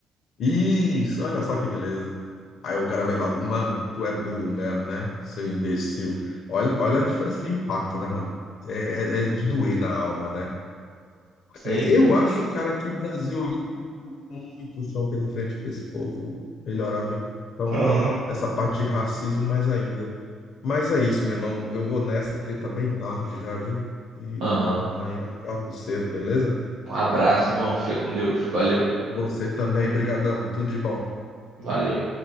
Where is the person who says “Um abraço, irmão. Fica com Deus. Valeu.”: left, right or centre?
Right